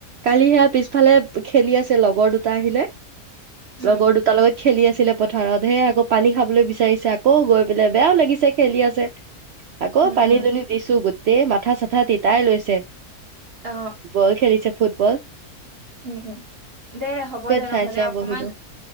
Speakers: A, on the right; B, on the right.
A: সি সেয়া পিছফালে খেলি আছে লগৰ দুটা আহিলে
B: উম
A: লগৰ দুটাৰ লগত খেলি আছিলে পথাৰত হে আকৌ পানী খাবলৈ বিচাৰিছে আকৌ গৈ পেলাই বেয়াও লাগিছে খেলি আছে আকৌ
B: উম
A: পানি
B: উম
A: দুনি দিছো গ তে মথাা চথাাাত তাই লৈছে
B: অ
A: বল খেলিছে ফু‌‌তিত বল
B: উম উম দে হ'ব দে
A: চাই
B: নহলে
A: চাই
B: অকমান
A: বহিলো